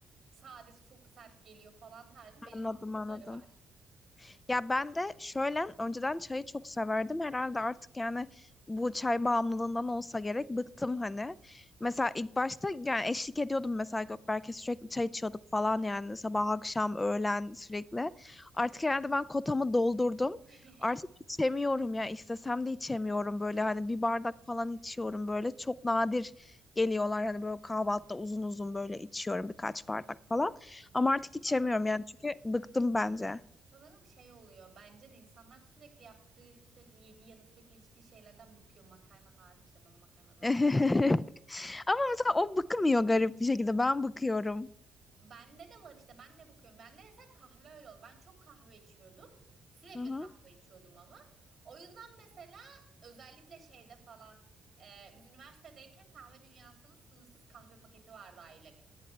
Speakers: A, on the right; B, on the left.
A: Sadesi çok sert geliyor falan tarzı belli
B: anladım
A: modları
B: anladım.
A: var.
B: Ya ben de şöyle önceden çayı çok severdim. Herhalde artık yani bu çay bağımlılığından olsa gerek bıktım hani. Mesela ilk başta yani eşlik ediyordum mesela Gökberk'e sürekli çay içiyorduk falan yani sabah akşam öğlen sürekli. Artık herhalde ben kotamı doldurdum.
A: <laughs>
B: Artık içemiyorum ya istesem de içemiyorum böyle hani bir bardak falan içiyorum böyle çok nadir geliyorlar hani böyle kahvaltıda uzun uzun böyle içiyorum birkaç bardak falan. Ama artık içemiyorum
A: Sanırım
B: yani çünkü bıktım bence.
A: sanırım şey oluyor. Bence de insanlar sürekli yaptığı, sürekli yediği ya da sürekli içtiği şeylerden bıkıyor makarna hariç de ben makarnadan
B: <laughs> Ama mesela o bıkmıyor garip bir şekilde. Ben bıkıyorum.
A: Bende de var işte ben de bakıyorum. Bende mesela kahve öyle oldu. Ben çok kahve içiyordum. Sürekli
B: Hı hı.
A: kahve içiyordum ama. O yüzden mesela özellikle şeyde falan e, biz üniversitedeyken kahve dünyasının sınırsız kahve paketi vardı aylık.